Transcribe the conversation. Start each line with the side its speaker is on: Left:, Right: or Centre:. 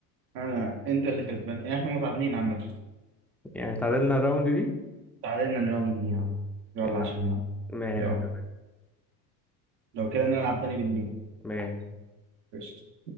Right: انا انت اللي كسبان يعني احنا متعادلين عامه
Centre: يعني تعادلنا الراوند دي
Right: تعادلنا الراوند دي يا عم يلا
Centre: يا عم
Right: عشان بقى
Centre: ماشي
Right: يلا
Centre: تمام
Right: لو كده نلعب تاني بالليل
Centre: ماشي
Right: قشطة.